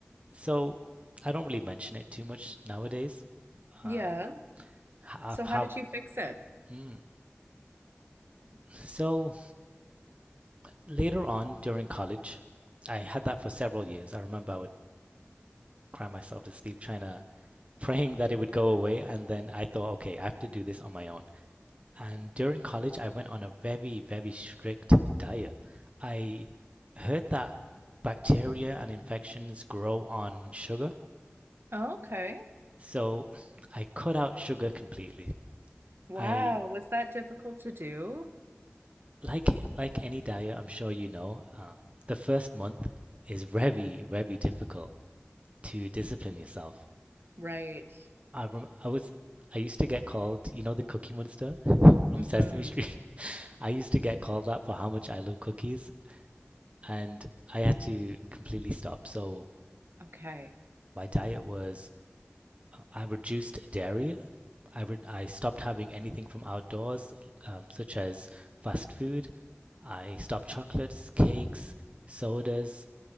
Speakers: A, on the right (about 30°); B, on the right (about 60°).
A: so I don't really mention it too much nowadays. Uh,
B: Yeah.
A: h- I've
B: So how
A: had
B: did you fix it?
A: Mm. So later on during college, I had that for several years. I remember I would cry myself to sleep trying to praying that it would go away, and then I thought, okay, I have to do this on my own. And during college, I went on a very, very strict diet. I heard that bacteria and infections grow on sugar,
B: Oh, okay.
A: so I cut out sugar completely.
B: Wow.
A: I
B: Was that difficult to do?
A: like like any diet, I'm sure you know, um, the first month is very, very difficult. to discipline yourself.
B: Right.
A: I rem- I was I used to get called, you know, the Cookie Monster <laughs> from
B: Mm-hmm.
A: Sesame Street. <laughs> I used to get called that for how much I love cookies, and I had to completely stop. So
B: Okay.
A: my diet was uh, I reduced dairy. I re- I stopped having anything from outdoors, um, such as fast food. I stopped chocolates, cakes, sodas.